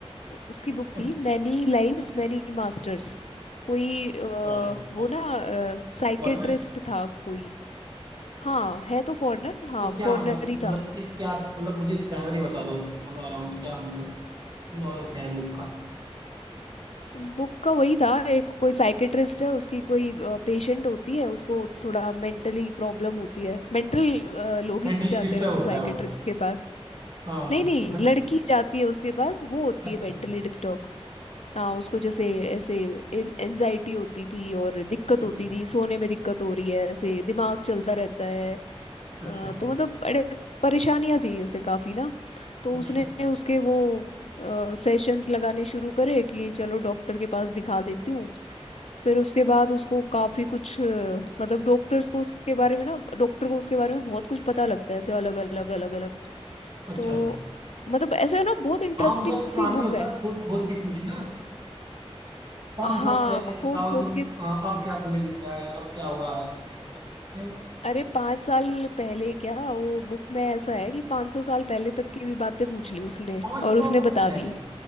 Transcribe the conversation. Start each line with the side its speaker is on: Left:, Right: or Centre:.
Left: उ- उसकी बुक थी
Right: अच्छा
Left: मैनी लाइव्स मैनी मास्टर्स कोई अ,
Right: अच्छा
Left: वो
Right: और
Left: ना साइकेट्रिस्ट
Right: फॉरेनर है
Left: था कोई हाँ है तो फॉरेनर हाँ
Right: मतलब क्या
Left: फॉरेनर
Right: मतलब
Left: ही
Right: कि- मतलब
Left: था
Right: कि क्या मतलब मुझे सैमरी बता दो मतलब अराउंड क्या मतलब मॉडल क्या है बुक का
Left: बुक का वही था एक कोई साइकेट्रिस्ट है उसकी कोई पेशेंट होती है उसको थोड़ा मेंटली प्रॉब्लम होती है मेंटल लोग
Right: मेंटली
Left: ही जाते
Right: डिस्टर्ब
Left: हैं वैसे
Right: होता
Left: साइकेट्रिस्ट
Right: है वो
Left: के पास
Right: हाँ
Left: नहीं नहीं
Right: समझ
Left: लड़की जाती है उसके पास वो होती
Right: अच्छा
Left: है मेंटली डिस्टर्ब हाँ उसको जैसे ऐसे एनजाइटी होती थी और दिक्कत
Right: अच्छा
Left: होती थी सोने में दिक्कत हो रही है ऐसे दिमाग चलता रहता है अ,
Right: अच्छा
Left: तो मतलब बड़े परेशानियां थी ऐसे काफी ना तो
Right: अच्छा
Left: उसने उसके वो सेशंस लगाने शुरू करे कि चलो डॉक्टर के पास दिखा देती हूँ फिर उसके बाद उसको काफी कुछ अ, मतलब डॉक्टर्स को उसके बारे में ना डॉक्टर को उसके बारे में बहुत कुछ पता लगता है ऐसे अलग अलग अलग अलग
Right: अच्छा
Left: तो मतलब ऐसे ना बहुत इंटरेस्टिंग
Right: हाँ उनका तो
Left: सी
Right: काम ही
Left: बुक
Right: होता
Left: है
Right: है खोद खोद के पूछना पाँच
Left: हाँ
Right: साल पहले
Left: खोद
Right: बताओ
Left: खोद
Right: तुम अ,
Left: के
Right: अब क्या तुम्हें दिख रहा है अब क्या हुआ है ये सब पूछते हो
Left: अरे पाँच साल पहले क्या वो बुक में ऐसा है कि पाँच सौ साल पहले तक की भी बातें पूछ ली उसने
Right: पाँच
Left: और
Right: सौ
Left: उसने
Right: साल
Left: बता
Right: पहले
Left: दी